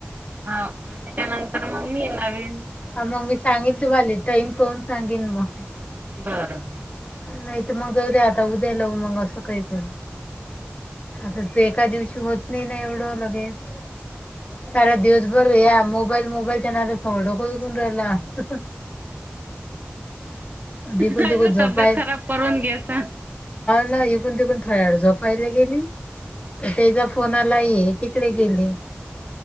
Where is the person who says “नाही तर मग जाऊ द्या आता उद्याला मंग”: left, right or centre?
Left